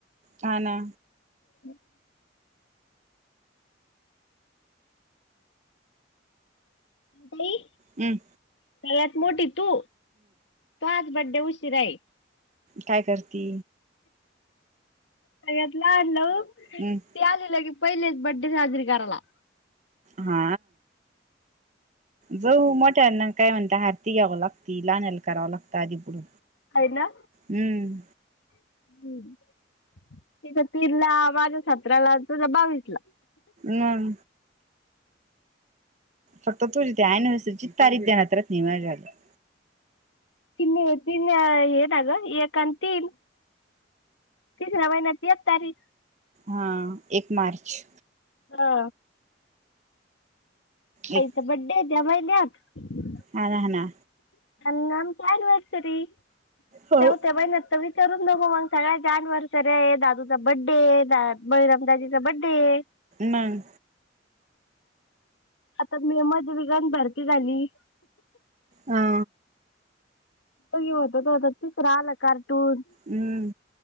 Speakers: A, on the right; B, on the left.
A: हा ना
B: हम्म ताई
A: अं
B: सगळ्यात मोठी तू तो आ बड्डे उशिरा आहे.
A: काय करती?
B: सळ्यात लहान लवु ती
A: हम्
B: आली लगीच. पहिलेच बड्डे साजरी कराला.
A: हा जाऊ मोठ्यांना काय म्हणता ह त्ती घ्यावं लागती लहान्याने करावं लागत आधी पुढं
B: खायला
A: हम्म
B: हम्म तिचा तीनला, माझ सतराला, तुझ बावीसला.
A: नन फक्त तुझी ती एनिवर्सरीची तारीख ध्यानात राहत नाही माझ्या अगं.
B: तिन तिन ये एक अन् तीन. तिसरा महिन्याची एक तारीख.
A: हां एक मार्च.
B: हा आईचा
A: एक
B: बड्डे हाय त्या महिन्यात. <inaudible>
A: हा ना, हा ना.
B: <unintelligible> तरी
A: हो
B: चौथ्या महिन्यात तर विचारूच न हो मग कोमल <unintelligible> एनिवर्सरी आहे सर्या आहे दादूचा बड्डे आहे द बळीरमदााजीचा बड्डे आहे
A: नाय
B: आता मेमध्ये बिघान भरती झाली.
A: हा
B: ह्यो होता तो होता तिसरा आला कार्टून
A: हुं